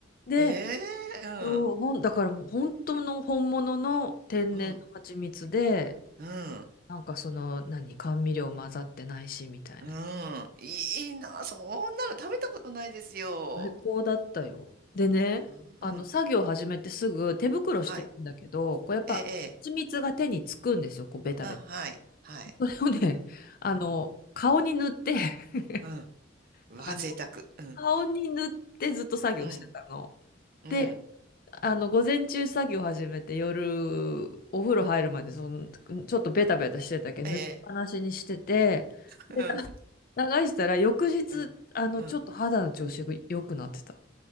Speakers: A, on the left (about 50°); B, on the right (about 50°).
A: で
B: ええ。うん。
A: そう、もう、だからもう本当の本物の天然の蜂蜜で、
B: うん。うん。
A: なんかその、何、甘味料混ざってないし、みたいな。
B: うん。いいいな。そんなの食べたことないですよ。
A: 最高だったよ。でね、
B: うん。
A: あの、
B: うん。
A: 作業始めてすぐ手袋してるんだけど、
B: はい。
A: こうやっぱ蜂蜜が手につくんですよ、
B: ええ。ええ
A: こうベタベタ。
B: うん。はい。はい。
A: それをね、<laughs> あの、
B: うん。
A: 顔に塗って、<laughs>
B: うん。うわ、
A: あの、
B: 贅沢。うん。
A: 顔に塗ってずっと作業してたの。
B: うん。うん。
A: であの、午前中作業始めて夜、お風呂入るまで、その、ちょっとベタベタしてたけど、
B: ええ。
A: 塗りっぱなしにしてて、
B: うん。
A: で、な流したら翌日、
B: うん。
A: あの、
B: うん
A: ちょっと肌の調子が良くなってた。